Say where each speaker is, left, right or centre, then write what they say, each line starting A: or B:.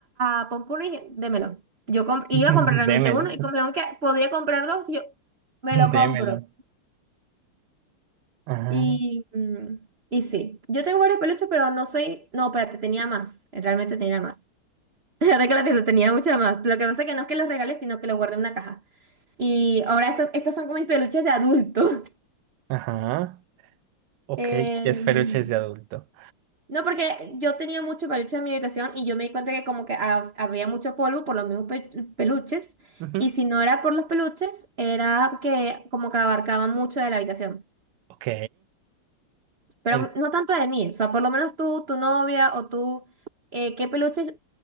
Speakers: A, on the right; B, on the right.
A: a Pompuno y dije, démelo. Yo comp- iba
B: <laughs>
A: a comprar realmente uno
B: Démelo.
A: y como vieron que podía comprar dos, y yo me lo compro.
B: Démelo. Ajá.
A: Y, mm, y sí, yo tengo varios peluches, pero no soy. No, espérate, tenía más. Realmente tenía más. <laughs> Ahora que la pienso, tenía mucha más. Lo que pasa es que no es que los regales, sino que los guardé en una caja. Y ahora estos, estos son como mis peluches de adulto. <laughs>
B: Ajá. Ok,
A: Em,
B: ya es peluches de adulto.
A: No, porque yo tenía mucho peluche en mi habitación y yo me di cuenta que como que ha- había mucho polvo por los mismos pe- peluches
B: Ujú,
A: y si no era por los peluches era que como que abarcaba mucho de la habitación,
B: Ok.
A: pero
B: En-
A: no tanto de mí, o sea, por lo menos tú, tu novia o tú, eh, ¿qué peluches